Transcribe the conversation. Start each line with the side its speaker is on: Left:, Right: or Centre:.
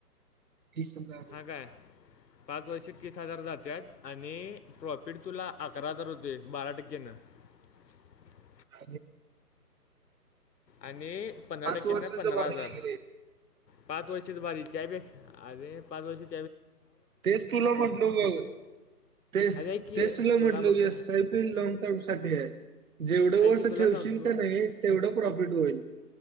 Right: ह सधा
Left: हां काय पाच वर्षे तीस हजार जातात आणि प्रॉफिट तुला अकरा हजार होते बारा टक्केन. <unintelligible>
Right: ह...
Left: आणि पंधरा टक्क्यांनी
Right: वर्षाच
Left: पंधरा
Right: भारी
Left: हजार.
Right: आहे की रे
Left: पाच वर्ष भारी या च्याभरीण अरे पाच वर्ष स
Right: तेच तुला म्हटल मी. टेस्
Left: अरे ऐक की
Right: टेस्टला म्हटलं
Left: तुला बघ
Right: येस आयपी लॉग टर्म साठी आहे. जेवढं
Left: ऐक
Right: वर्ष
Left: की तुला
Right: ठेवशील
Left: सांगतो
Right: का नाही तेवढं प्रॉफिट होईल.